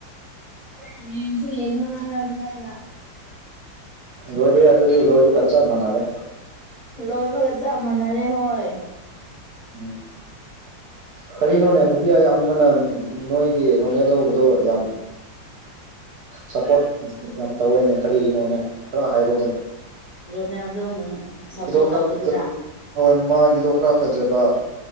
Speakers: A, on the left; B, on the right.
A: ꯑꯦ ꯌꯦꯡꯁꯨ ꯌꯦꯡꯉꯔꯣꯏ ꯍꯥꯏꯕꯅꯦ ꯑꯩꯅ
B: ꯂꯣꯏꯔꯦ ꯑꯗꯨꯗꯤ ꯂꯣꯏꯕꯒ ꯆꯞ ꯃꯥꯟꯅꯔꯦ
A: ꯂꯣꯏꯕꯒ ꯆꯥꯞ ꯃꯥꯟꯅꯔꯦ ꯍꯣꯏ
B: ꯎꯝ ꯀꯔꯤꯅꯣꯅꯦ ꯅꯨꯄꯤ ꯑꯌꯥꯝꯕꯅ ꯅꯣꯏꯒꯤ ꯔꯣꯅꯦꯗꯧꯕꯗꯣ ꯌꯥꯝ ꯁꯞꯄꯣꯔꯠ ꯌꯥꯝ ꯇꯧꯋꯦꯅꯦ ꯀꯔꯤꯒꯤꯅꯣꯅꯦ ꯈꯔ ꯍꯥꯏꯔꯣꯗꯅ
A: ꯔꯣꯅꯦꯜꯗꯣꯅ ꯁꯞꯄꯣꯔꯠ
B: ꯈꯔ
A: ꯇꯧꯕꯗꯨꯔꯥ
B: ꯐꯖ ꯍꯣꯏ ꯃꯥꯒꯤꯗꯣ ꯈꯔ ꯐꯖꯕ